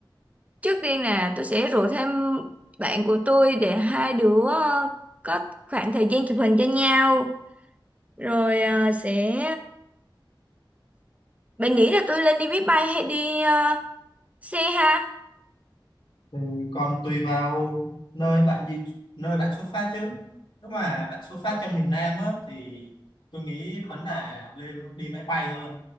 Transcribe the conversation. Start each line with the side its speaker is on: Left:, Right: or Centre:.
Right: Trước tiên là tôi sẽ rủ thêm bạn của tôi để hai đứa ờ, có khoảng thời gian chụp hình cho nhau. Rồi ờ, sẽ... Bạn nghĩ là tôi lên đi máy bay hay đi ờ, xe ha?
Left: thì còn tùy vào nơi bạn đi nơi bạn xuất phát chứ nếu mà bạn xuất phát trong miền Nam á thì tôi nghĩ vẫn là lên đi máy bay hơn